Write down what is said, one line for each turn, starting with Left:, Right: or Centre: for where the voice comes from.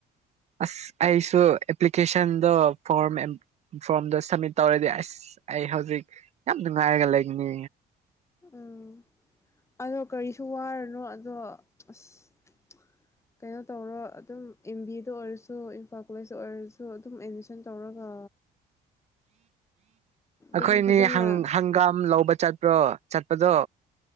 Right: ꯑꯁ ꯑꯩꯁꯨ ꯑꯦꯄ꯭ꯂꯀꯦꯁꯟꯗ ꯐꯣꯔꯝ ꯐꯣꯔꯝꯗꯣ ꯁꯝꯃꯤꯠ ꯇꯧꯔꯗꯤ ꯑꯁ ꯑꯩ ꯍꯧꯖꯤꯛ ꯌꯥꯝ ꯅꯨꯡꯉꯥꯏꯔꯒ ꯂꯩꯒꯅꯤ
Left: ꯎꯝ ꯑꯗꯣ ꯀꯔꯤꯁꯨ ꯋꯥꯔꯅꯣ ꯑꯗꯣ ꯑꯁ
Right: <inaudible>
Left: ꯀꯩꯅꯣ ꯇꯧꯔꯣ ꯑꯗꯨꯝ ꯑꯦꯝ ꯕꯤ ꯑꯦꯗ ꯑꯣꯏꯔꯁꯨ ꯏꯝꯐꯥꯜ ꯀꯣꯂꯦꯖꯇ ꯑꯣꯏꯔꯁꯨ ꯑꯗꯨꯝ ꯑꯦꯠꯃꯤꯁꯟ ꯇꯧꯔꯒ
Right: ꯑꯩꯈꯣꯏꯅꯤ
Left: ꯑꯗꯨꯝ ꯐꯖꯅ
Right: ꯍꯪꯒꯥꯝ ꯂꯧꯕ ꯆꯠ ꯆꯠꯄ꯭ꯔꯣ ꯆꯠꯄꯗꯣ